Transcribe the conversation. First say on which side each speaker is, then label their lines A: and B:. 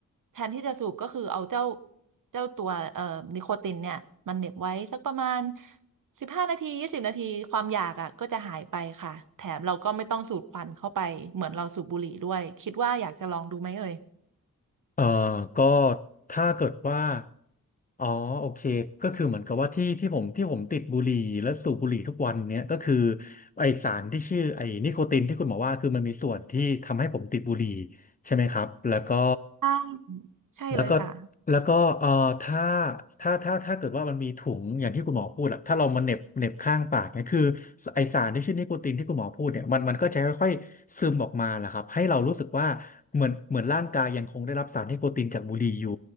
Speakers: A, on the right; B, on the left.
A: แทนที่จะสูบก็คือเอาเจ้าเจ้าตัวเอ่อนิโคตินเนี่ยมันเหน็บไว้สักประมาณสิบห้านาทียี่สิบนาทีความอยากอ่ะก็จะหายไปค่ะแถมเราก็ไม่ต้องสูดควันเข้าไปเหมือนเราสูบบุหรี่ด้วยคิดว่าอยากจะลองดูไหมเอ่ย
B: เอ่อก็ถ้าเกิดว่าอ๋อโอเคก็คือเหมือนกับว่าที่ที่ผมที่ผมติดบุหรี่และสูบบุหรี่ทุกวันเนี้ยก็คือไอสารที่ชื่อไอนิโคตินที่คุณหมอว่าคือมันมีส่วนที่ทำให้ผมติดบุหรี่ใช่ไหมครับ แล้วก็
A: ใช่ใช่เลยค่ะ
B: แล้วก็แล้วก็เอ่อถ้าถ้าถ้าถ้าเกิดว่ามันมีถุงอย่างที่คุณหมอพูดอะถ้าเรามาเหน็บเหน็บข้างปากเนี่ยคือไอสารที่ชื่อนิโคตินที่คุณหมอพูดเนี่ยมันมันก็จะค่อยๆซึมออกมาแหละครับให้เรารู้สึกว่าเหมือนเหมือนร่างกายยังคงได้รับสารนิโคตินจากบุหรี่อยู่